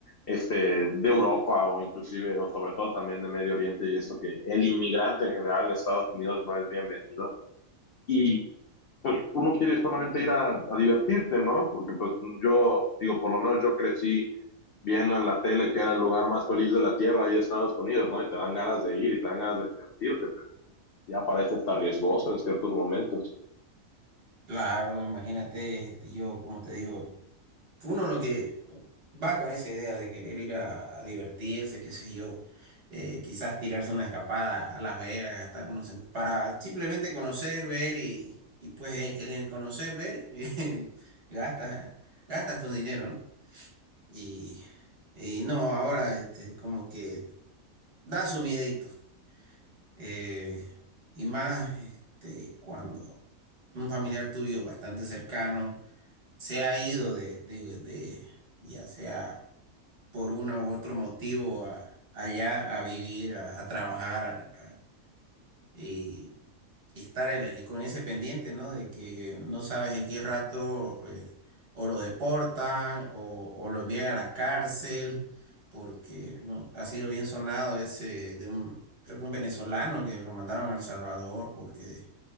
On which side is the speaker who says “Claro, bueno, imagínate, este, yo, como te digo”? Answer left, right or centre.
Right